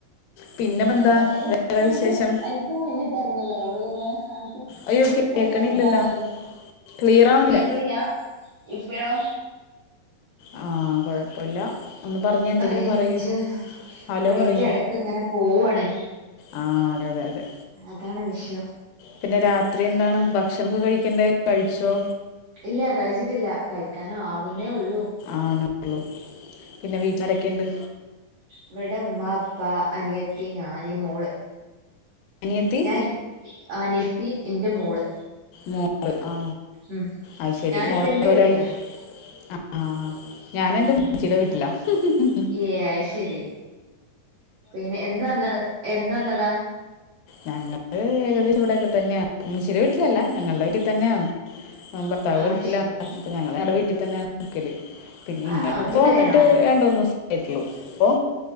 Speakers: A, on the left (about 80°); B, on the right (about 75°).
A: പിന്നെ ഇപ്പൊ
B: ഏതാലും,
A: എന്താ വേറെ
B: അട്ട്,
A: വിശേഷം
B: അഴിക്, മുന്നിട്ട് ഇറങ്ങിയില്ലേ, അത് പിന്നെ ആട്ട്.
A: അയ്യോ കേൾക്കണില്ലല്ലോ
B: <unintelligible> അതാവന്നെ
A: ക്ലിയർ ആവണില്ല
B: കെക്കണില്ല ഇപ്പഴോ.
A: ആ, കുഴപ്പല്ലാ. ഒന്ന് പറഞ്ഞെ എന്തെങ്കിലും
B: റേഞ്ച്
A: പറയ്, ഹലോ
B: റേഞ്ച്
A: പറയ്.
B: എടക്ക് ഇങ്ങനെ പോവാണേ
A: ആ അതെ അതെ അതെ.
B: അതാണ് വിഷയം.
A: പിന്നെ, രാത്രിഎന്താണ് ഭക്ഷണൊക്കെകഴിക്കണ്ടെ കഴിച്ചോ.
B: ഇല്ല, കഴിച്ചിട്ടില്ലകഴിക്കാന് ആവുന്നേഉള്ളൂ.
A: ആണല്ലേ, പിന്നെ വീട്ടിലാരൊക്കെ, ഉണ്ട്.
B: ഇവിടെ, ഉമ്മാ, ഉപ്പാ, അനിയത്തി ഞാന്, മോള്.
A: അനിയത്തി
B: ഞാൻ, അനിയത്തി, ഇന്റെ മോള്.
A: മോൾ, ആ,
B: ഉം
A: അയ്ശരി
B: ഞാനിപ്പ
A: മോളെന്തൊരായി,
B: എന്റെ വീട്ടിലാ
A: ആ. ഞാനെന്റെ, ഉമ്മച്ചീടെ,
B: ഉം
A: വിട്ടിലാ, മം, മം, മം.
B: ഏ അത് ശരി പിന്നെ, എന്ന്‌ വന്ന് എന്ന് വന്നതാ.
A: ഞങ്ങള് ഏകദേശം ഇവിടെയൊക്കെ തന്നെയാണ് ഉമ്മച്ചീടാ വീട്ടിലല്ലാ ഞങ്ങളുടെ വീട്ടിൽ തന്നെയാണ്. ഭർത്താവ്
B: അത്
A: ഗൾഫിലാണ്
B: ശരി
A: അപ്പൊ ഞങ്ങള് ഞങ്ങടെ വീട്ടിൽ തന്നെയാണ് നിക്കല്. പിന്നെ,
B: ആ
A: ഇങ്ങനെ
B: ഒറ്റപ്പെരയാണോ
A: ഇപ്പ വന്നിട്ട് രണ്ടൂന്ന് ദിവസേ ആയിട്ടുള്ളു അപ്പൊ.